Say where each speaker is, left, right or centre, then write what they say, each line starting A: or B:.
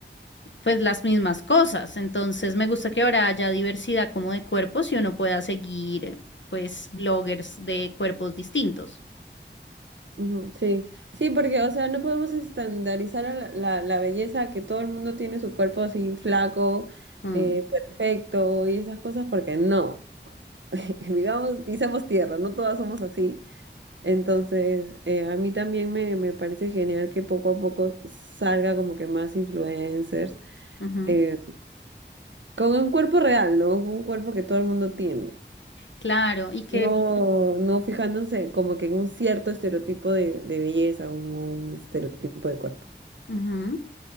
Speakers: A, on the left (about 80°); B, on the right (about 80°).
A: pues las mismas cosas. Entonces me gusta que ahora haya diversidad como de cuerpos y uno pueda seguir, pues, bloggers de cuerpos distintos.
B: Ujú, Sí, sí, porque, o sea, no podemos estandarizar a la, la, la belleza, que todo el mundo tiene su cuerpo así flaco,
A: Mm,
B: eh, perfecto y esas cosas, porque no, <laughs> vivamos, pisamos tierra, no todas somos así. Entonces, eh, a mí también me, me parece genial que poco a poco salga como que más influencers,
A: ujú.
B: eh, con un cuerpo real, ¿no? Un cuerpo que todo el mundo tiene.
A: Claro, y que...
B: No, no fijándose como que en un cierto estereotipo de, de belleza, un, un estereotipo de cuerpo.
A: ujú.